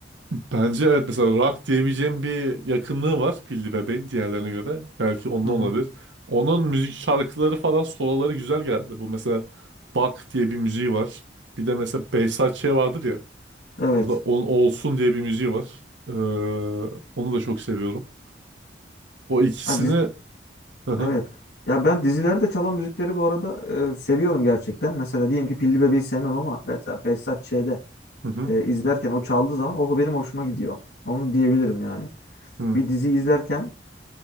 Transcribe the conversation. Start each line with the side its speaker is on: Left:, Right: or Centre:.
Right: Bence evet mesela rock diyebileceğim bir yakınlığı var Pilli Bebek'in diğerlerine göre. Belki ondan
Left: Hı hı.
Right: olabilir. Onun müzik şarkıları falan soloları güzel geldi. Bu mesela Bak diye bir müziği var. Bir de mesela Behzat Ç. vardır ya.
Left: Evet.
Right: Orada On Olsun diye bir müziği var. Ee, onu da çok seviyorum. O ikisini...
Left: Ha, dizi-
Right: Hı hı,
Left: evet. Ya ben dizilerde çalan müzikleri bu arada e, seviyorum gerçekten. Mesela diyelim ki Pilli Bebeği sevmem ama mesela Behzat Ç'de
Right: hı hı,
Left: e, izlerken o çaldığı zaman o benim hoşuma gidiyor. Onu diyebilirim yani.
Right: hı
Left: Bir dizi izlerken